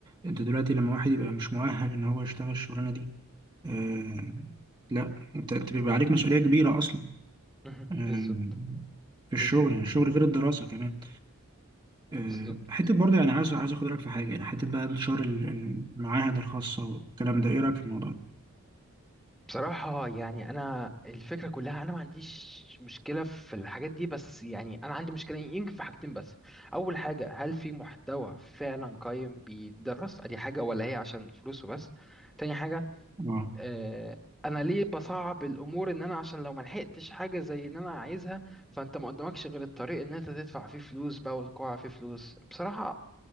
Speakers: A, on the right; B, in the centre.
A: انت دلوقتي لما واحد يبقى مش مؤهل ان هو يشتغل الشغلانه دي آه لا انت انت بيبقى عليك مسؤوليه كبيره اصلا
B: مهم.
A: آه
B: بالظبط
A: في الشغل
B: بالظبط
A: يعني الشغل غير الدراسه كمان آه
B: بالظبط
A: حته برضه يعني عايز عايز اخد رايك في حاجه يعني حته بقى انتشار ال- المعاهد الخاصه والكلام ده ايه رايك في الموضوع ده؟
B: بصراحة يعني أنا الفكرة كلها أنا ما عنديش مشكلة في الحاجات دي بس يعني أنا عندي مشكلة يمكن في حاجتين بس أول حاجة هل في محتوى فعلا قايم بيدرس أدي حاجة ولا هي عشان فلوسه بس تاني حاجة
A: اه
B: آه، انا ليه بصعب الامور ان انا عشان لو ما لحقتش حاجه زي ان انا عايزها فانت ما قدامكش غير الطريق ان انت تدفع فيه فلوس بقى وتقع فيه فلوس بصراحه